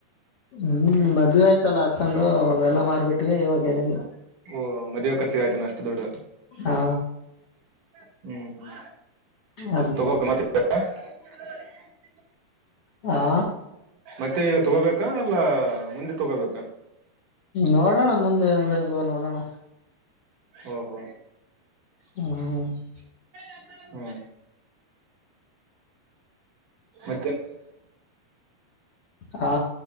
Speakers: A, on the left (about 55°); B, on the right (about 55°).
A: ಹ್ಮ್ ಮದ್ವಿ ಆಯ್ತಲ್ಲ ಅಕ್ಕಾದ ಅವಾಗೆಲ್ಲಾ ಮಾರ್ಬಿಟ್ವಿ ಇವಾಗ ಏನೆಲ್ಲ
B: ಓಹ ಮದುವೆ ಖರ್ಚಗ ಆಯತಾನ ಅಷ್ಟ ದೊಡ್
A: ಹಾ
B: <inaudible> ಹ್ಮ್
A: ಅದಕ್ಕೆ
B: ತಗೋಕ ಮತ್ತೆ <unintelligible>
A: ಹಾ
B: ಮತ್ತೆ ಇವಾಗ್ ತಗೋಬೇಕಾ ಅಲ್ಲ ಮುಂದೆ ತಗೋಬೇಕಾ
A: ನೋಡೋಣ ಮುಂದೆ ಹೆಂಗ ಹೆಂಗುವ ನೋಡೋಣ.
B: ಒಹ್ ಒಹ್
A: <inaudible>
B: <unintelligible> ಹ್ಮ ಮತ್ತೆ
A: ಹಾ